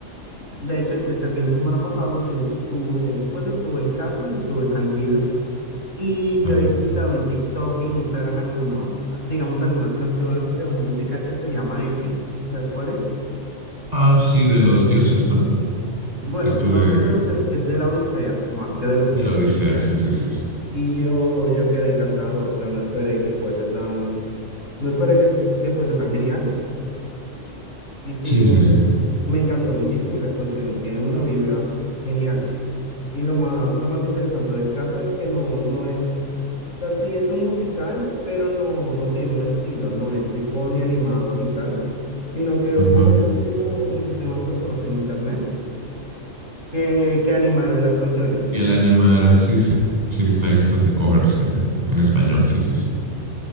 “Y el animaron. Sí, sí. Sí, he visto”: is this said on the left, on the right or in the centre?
Right